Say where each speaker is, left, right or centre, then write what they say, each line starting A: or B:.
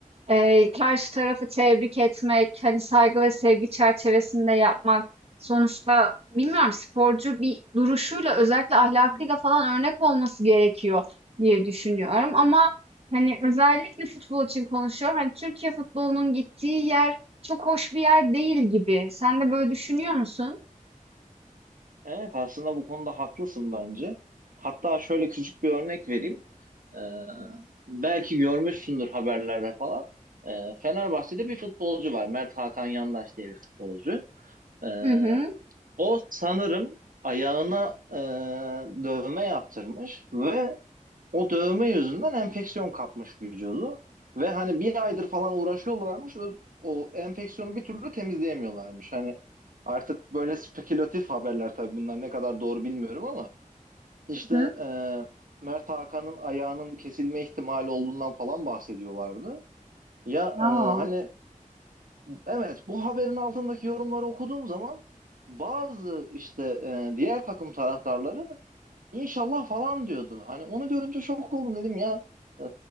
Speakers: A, on the right (about 45°); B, on the right (about 75°).
A: Eee, karşı tarafı tebrik etmek, hani, saygı ve sevgi çerçevesinde yapmak. Sonuçta bilmiyorum, sporcu bir duruşuyla, özellikle ahlakıyla
B: hı hı.
A: falan örnek olması gerekiyor diye düşünüyorum ama, hani, özellikle futbol için konuşuyorum. Hani, Türkiye futbolunun gittiği yer çok hoş bir yer değil gibi. Sen de böyle düşünüyor musun?
B: Evet aslında bu konuda haklısın bence. Hatta şöyle küçük bir örnek vereyim. Ee, belki görmüşsündür haberlerde falan. Ee, Fenerbahçe'de bir futbolcu var. Mert Hakan Yandaş diye bir futbolcu. Ee,
A: Hı hı.
B: o sanırım ayağına e, dövme yaptırmış ve o dövme yüzünden enfeksiyon kapmış vücudu ve hani bir aydır falan uğraşıyorlarmış. O, o enfeksiyonu bir türlü temizleyemiyorlarmış. Hani artık böyle spekülatif haberler tabii bunlar ne kadar doğru bilmiyorum ama işte
A: Hı hı.
B: e, Mert Hakan'ın ayağının kesilme ihtimali olduğundan falan bahsediyorlardı. Ya
A: Ya.
B: e, hani evet bu haberin altındaki yorumları okuduğum zaman bazı işte e, diğer takım taraftarları İnşallah falan diyordu. Hani onu görünce şok oldum dedim ya. Ee,